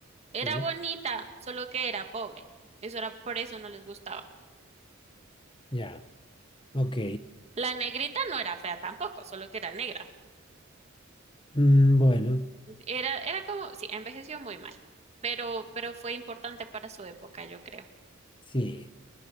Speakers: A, on the right; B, on the left.
A: era
B: sí,
A: bonita, solo que era pobre. Eso era, por eso no les gustaba.
B: ya, ok.
A: La negrita no era fea tampoco, solo que era negra.
B: Mm, bueno,
A: Era, era como, sí, envejeció muy mal, pero, pero fue importante para su época, yo creo.
B: sí.